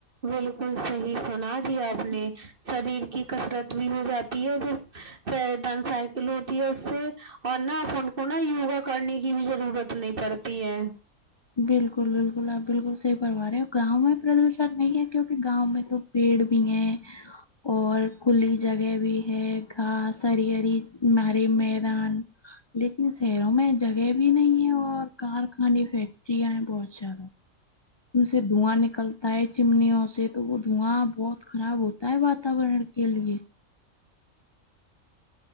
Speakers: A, on the right; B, on the left.
A: بالکل صحیح سنا جی آپ نے شریر کی کسرت بھی ہو جاتی ہے جو <unintelligible> سائیکل ہوتی ہے اس سے اور نہ ان کو نہ یوگا کرنے کی بھی ضرورت نہیں پڑتی ہے
B: بالکل بالکل آپ بالکل صحیح فرمایا ہیں گاؤں میں پردوشن نہیں ہے کیونک گاؤں میں تو پیڑ بھی ہے اور کھلی جگہ بھی ہے گھاس ںری ںری ماری میدان لیکن شہروں میں جگہ بھی نہیں ہے اور کارخانے فیکٹریاں ہیں بہت زیادہ ان سے دھواں نکلتا ہے چمنیوں سے تو وہ دھواں بہت خراب ہوتا ہے واتاورن کے لیے